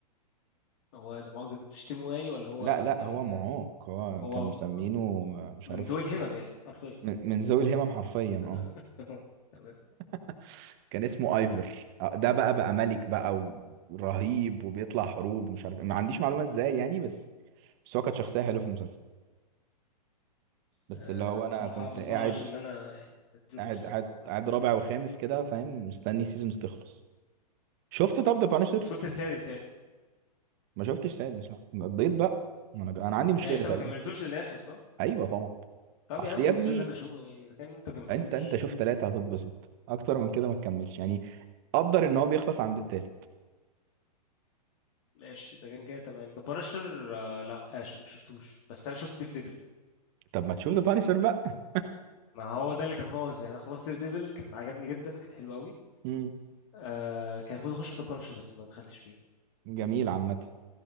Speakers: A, on the left (about 45°); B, on the right (about 35°).
A: هو ده مؤاخذة أنت بتشتمه يعني ولا هو
B: لا لا
A: يعني
B: هو
A: ك...
B: معاق هو
A: هو
B: كانوا مسمينه
A: م-
B: آه، مش
A: من
B: عارف
A: ذوي الهمم يعني حرفيا
B: من من ذوي الهمم حرفيا
A: <laughs>
B: اه
A: تمام
B: <laughs> كان اسمه ايفر آه، ده بقى بقى ملك بقى ورهيب وبيطلع حروب ومش عارف إيه. ما عنديش معلومه ازاي يعني بس بس هو كانت شخصيه حلوه في المسلسل بس
A: أه
B: اللي هو انا
A: بصراحة
B: كنت
A: ما
B: قاعد
A: أظنش إن أنا يعني أديله
B: قاعد
A: فرصة
B: قاعد
A: يعني بس
B: قاعد رابع وخامس كده فاهم مستني سيزونز تخلص شفت طب ذا بانشر
A: شفت السادس يعني
B: ما شفتش سادس لا قضيت بقى ما انا انا عندي مشكله
A: يعني أنت
B: تقريبا
A: ما كملتوش للآخر صح؟
B: ايوه طبعا
A: طب
B: اصل
A: يا عم
B: يا ابني
A: بتقول لي أنا شو يعني إذا كان أنت ما كملتوش
B: انت انت شوف ثلاثه هتتبسط اكتر من كده ما تكملش يعني قدر ان هو بيخلص عند الثالث
A: ماشي إذا كان كده تمام ده بارشر آه لا آه شو ما شفتوش بس أنا شفت دير ديفل
B: طب ما تشوف ذا بانشر بقى
A: ما هو ده اللي كان ناقص يعني انا خلصت دير ديفل كان عجبني جدا كان حلو قوي
B: امم
A: آه كان المفروض اخش في ذا بانشر بس ما دخلتش فيه
B: جميل عامه